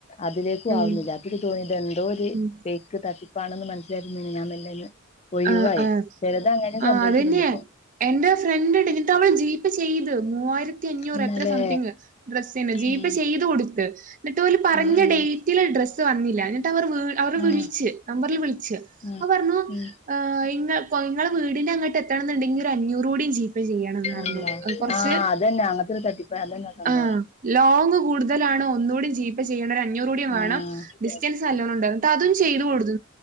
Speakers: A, on the left (about 30°); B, on the right (about 35°).
A: അതിലേക്കും
B: ഉം.
A: ആവുന്നില്ല അപ്പനിക്ക് തോന്നിയത് ന്തോ ഒരു
B: ഉം.
A: ഫെക്ക് തട്ടിപ്പ്. ണെന്ന് മനസ്സിലായപ്പോ പിന്നെ ഞാൻ മെലെയ്ന്ന് ഒഴിവായി
B: ആഹ്. ആഹ്.
A: ചെലത് അങ്ങനെയും
B: ആഹ്
A: സംഭവിക്കിണ്ടപ്പോ.
B: അതന്നെയാ. എന്റെ ഫ്രണ്ട് ഉണ്ട് ന്നിട്ട് അവള് ജീപ്പേ ചെയ്ത് മൂവായിരത്തി അഞ്ഞൂറ്
A: ഇന്നാലേ
B: എത്ര സംതിങ്ങ്. ഡ്രസ്സിന് ജീ
A: ഉം
B: പ ചെയ്ത് കൊടുത്ത് ന്നിട്ട് ഓര് പറഞ്ഞ
A: ഉം ഉം
B: ഡേറ്റില് ഡ്രസ്സ് വന്നില്ല. ന്നിട്ടവർ അവർ അവർ വിളിച്ച്
A: ആഹ്
B: നമ്പറിൽ വിളിച്ച്
A: ആഹ്
B: അപ്പൊറഞ്ഞു.
A: ഉം
B: ആ ങ്ങൾ വീടിന്റെ അങ്ങട്ട എത്തണം ന്നുണ്ടെങ്കിൽ ഒരു അഞ്ഞൂറുടി. ജിപേ ചെയ്യണനറഞ്ഞു
A: അള്ളാ
B: കൊറച്ച്.
A: ആഹ് അതന്നെ അങ്ങനത്തെ ഒരു തട്ടിപ്പ് അതന്നെ സംഭവം
B: ആ ലോങ്ങ് കൂടുതലാണോ ഒന്നുടി ജീപ്പചെയ്യേണ ഒരു അഞ്ഞൂറൂടി വേ
A: ആഹ്
B: ണം ഡിസ്റ്റൻന്നാലോണ്ണംടന്നറഞ്ഞിട്ട് അതും ചെയ്ത് കൊടു.